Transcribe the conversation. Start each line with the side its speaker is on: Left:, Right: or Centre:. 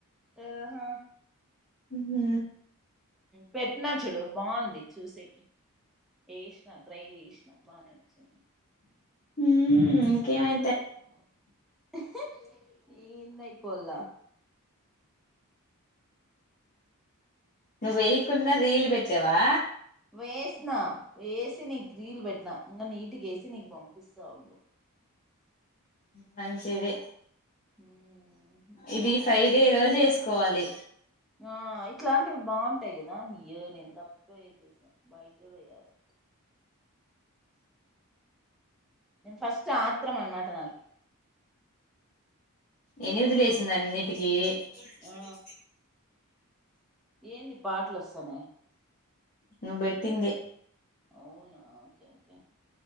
Centre: ఆహా
Left: ఉహూ
Centre: పెట్టిన చూడు బాగుంది చూసేకి ఏషిన ట్రైజేషిన బానే వచ్చే
Left: హూమ్మ్ ఇంకేమై
Centre: ఇహి ఏంది ఐపోల
Left: నువ్వు వెేయకున్న రీల్ పెట్టావా
Centre: వేషిన వేసి నీకు రీల్ పెట్టినా ఇంగా నీట్ గా వేసి నీకు పంపిస్తా ఉండు
Left: మంచిది
Centre: ఉమ్ బాగుంటాయి
Left: ఇది ఫ్రైడే రోజు ఏసుకోవాలి
Centre: ఆ ఇట్లాంటివి బావుంటాయి గదా ఇయరేం నేను తప్ప వేసేసా బయట వయాలి ఫస్ట్ ఆత్రం అన్మాట నాకు
Left: ఎనిమిదిలేసింది అన్నిటికీ ల్రిని
Centre: ఆ ఏంది పాటలు వస్తన్నాయ్
Left: నువ్ బెటిందే
Centre: అవునా ఓకే ఓకే